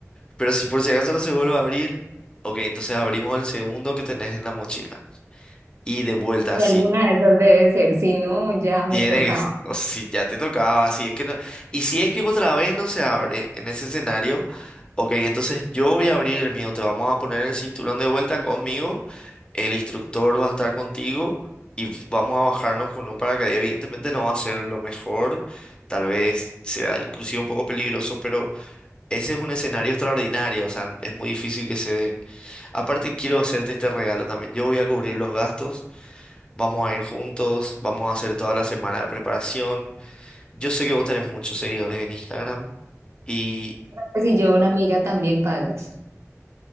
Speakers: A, on the left; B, on the right.
A: Pero si por si acaso no se vuelve a abrir, ok, entonces abrimos el segundo que tenés en la mochila. Y de vuelta, Ujú.
B: Y
A: si
B: alguna de esas debe ser, si no, ya me
A: Tienes,
B: tocaba.
A: o si ya te tocaba, si es que no. Y si es que otra vez no se abre en ese escenario, ok, entonces yo voy a abrir el mío, te vamos a poner el cinturón de vuelta conmigo, el instructor va a estar contigo y vamos a bajarnos con un paracaídas. Evidentemente no va a ser lo mejor, tal vez sea inclusive un poco peligroso, pero ese es un escenario extraordinario, o sea, es muy difícil que se dé. Aparte quiero hacerte este regalo también, yo voy a cubrir los gastos. Vamos a ir juntos, vamos a hacer toda la semana de preparación. Yo sé que vos tenés muchos seguidores en Instagram y
B: Pues Si yo una amiga también pagas.